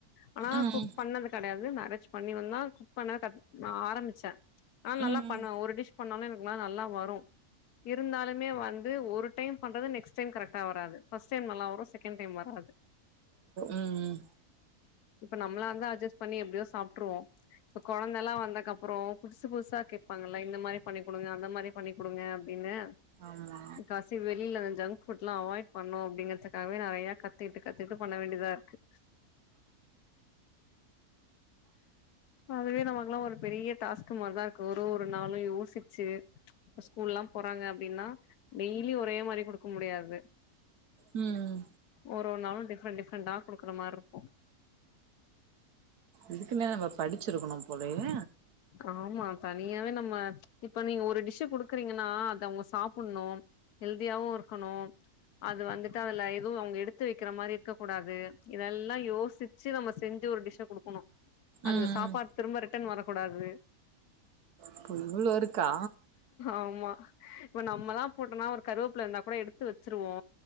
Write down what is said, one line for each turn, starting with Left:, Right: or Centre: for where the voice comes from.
Left: ஆனா
Right: ம்
Left: குக் பண்ணது கெடையாது மேரேஜ் பண்ணி வந்தா குக் பண்ண ஆரம்பிச்சே ஆனா நல்லா
Right: ம்
Left: பண்ணுவே ஒரு டிஷ் பண்ணாலு எனக்குல நல்லா வரு இருந்தாலுமே வந்து ஒரு டைம் பண்றது நெக்ஸ் ஸ் டைம் கரெக்டா வராது ஃபர்ஸ்ட் டைம் நல்லா வரு செகண்ட் டைம் வராது
Right: ம்
Left: இப்ப நம்மளா இருந்தா அட்ஜஸ்ட் பண்ணி எப்டியோ சாப்ட்ருவோ இப்ப கொழந்தைல்லா வந்தக்க அப்றோ புதுசு புதுசா கேட்பாங்கல்ல இந்த மாரி பண்ணி குடுங்க அந்த மாரி பண்ணி குடுங்க அப்டின்னு
Right: ஆமா
Left: கஷ் செரி வெளில அந்த ஜங்க் ஃபுட்டலா அவாய்ட் பண்ணோ அப்டிங்கறதுக்காகவே நெறைய கத்திட்டு கத்திட்டு பண்ண வேண்டியதா இருக்கு அதுவே நமக்குகெல்லா ஒரு பெரிய டாஸ்கு மாரிதா இருக்கு ஒரு ஒரு நாளு யோசிச்சு ஸ்கூல்லா போறாங்க அப்டின்னா டெய்லி ஒரே மாரி குடுக்க முடியாது
Right: ம் ம்
Left: ஒரு ஒரு நாளு டிஃப்ரண்ட் டிஃரெண்ட்டா குடுக்கற மார் இருக்கோ
Right: இதுக்குன்னே நம்ப படிச்சிருக்கணு போலயே
Left: ஆமா தனியாவே நம்ம இப்ப நீங்க ஒரு டிஷ் குடுக்குறீங்கன்னா அத அவுங்க சாப்ட்ணு ஹெல்தியாவு இருக்கணு அது வந்துட்டு அதுல எதுவு அவுங்க எடுத்து வக்கிற மாரி இருக்க கூடாது இதெல்லா யோசிச் சி நம்ம செஞ்சு ஒரு டிஷ்ஷ குடுக்கணோ
Right: ம்
Left: அந்த சாப்பாடு திரும்ப ரிட்டர்ன் வரக்கூடாது
Right: இப்போ இவ்வளோ இருக்கா
Left: ஆமா இப்ப நம்மள போட்டோம்னா ஒரு கருவேப்புல இருந்தா கூட எடுத்து வச்சிருவோ